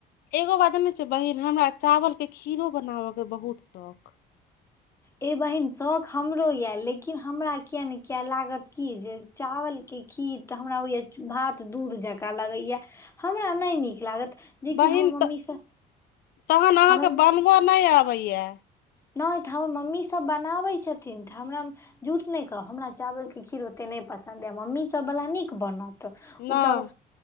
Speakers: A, on the left; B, on the left.
A: एगो बात नहि छै बहिन, हमरा चावलके खीर बनाबयके बहुत शौख अछि।
B: एहि बहिन, शौख हमरो यऽ, लेकिन हमरा किए नहि कियऽ लागत की जे चावलके खीर तऽ हमरा होइए भात दूध जेकाँ लगैए। हमरा ने नीक लागत। जेकि
A: बहिन
B: हमर मम्मी
A: तऽ
B: सब
A: तहन अहाँके
B: हमर
A: बनवा नहि आबै यौ
B: नहि तऽ हमर मम्मीसभ बनाबै छथिन। तऽ हमरा झुठ नहि कहब हमरा चावल के खीर ओते ने पसन्द यए मम्मीसभवला नीक बनत तऽ
A: नहि
B: ओसभ